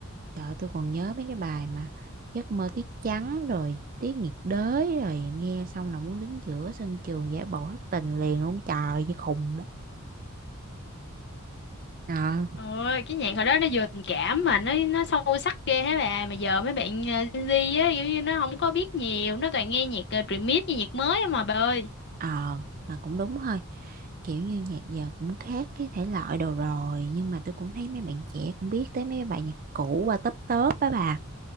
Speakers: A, on the right; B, on the left.
A: trời ơi, tôi còn nhớ mấy cái bài mà giấc mơ tiết trắng rồi tiết nhiệt đới rồi nghe xong là muốn đứng giữa sân trường giả bộ thất tình liền luôn trời như khùng á. ờ
B: ơi cái nhạc hồi đó nó vừa tình cảm mà nó nó sâu sắc ghê hả bà mà giờ mấy bạn ờ, Gen Z á kiểu như nó không có biết nhiều nó toàn nghe nhạc uh, remix với nhạc mới á mà bà ơi
A: ờ mà cũng đúng thôi kiểu như nhạc giờ cũng khác cái thể loại đồ rồi nhưng mà tôi cũng thấy mấy bạn trẻ cũng biết tới mấy bài nhạc cũ qua tấp tớp á bà